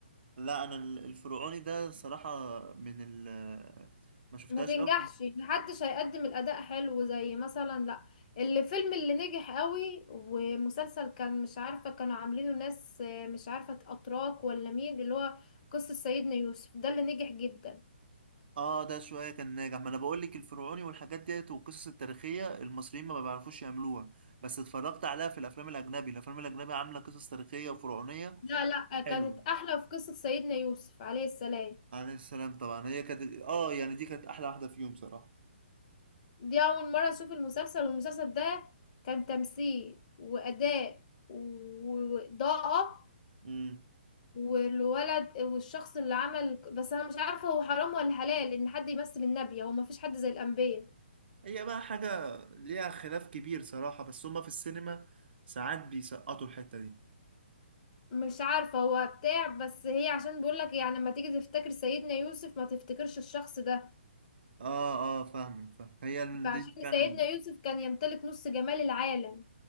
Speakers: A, on the right; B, on the left.
A: لا انا ال- الفرعوني ده صراحة من ال ما شفتهاش
B: ما تنجحش
A: قوي في-
B: محدش هيقدم الأداء حلو زي مثلا لا الفيلم اللي نجح قوي ومسلسل كان مش عارفة كانوا عاملينه ناس آه، مش عارفة أتراك ولا مين اللي هو قصة سيدنا يوسف ده اللي نجح جدا
A: اه ده شوية كان ناجح ما انا بقول لك الفرعوني والحاجات ديت والقصص التاريخية المصريين ما بيعرفوش يعملوها بس اتفرجت عليها في الافلام الاجنبي الافلام الاجنبي عاملة قصص تاريخية وفرعونية
B: لا لا كانت
A: حلوة
B: أحلى في قصة سيدنا يوسف عليه السلام
A: عليه السلام طبعا هي كانت اه يعني دي كانت احلى واحدة فيهم صراحة
B: دي أول مرة أشوف المسلسل والمسلسل ده كان تمثيل وأداء و- وإضاءة
A: امم
B: والولد والشخص اللي عمل بس أنا مش عارفة هو حرام ولا حلال إن حد يمثل النبي هو مفيش حد زي الأنبياء
A: هي بقى حاجة ليها خلاف كبير صراحة بس هما في السينما ساعات بيسقطوا الحتة دي
B: مش عارفة هو بتاع بس هي عشان بيقولك يعني لما تيجي تفتكر سيدنا يوسف ما تفتكرش الشخص ده
A: اه اه فاهمك فاهم هي ال-
B: فعشان
A: دي فعلا
B: سيدنا يوسف كان يمتلك نص جمال العالم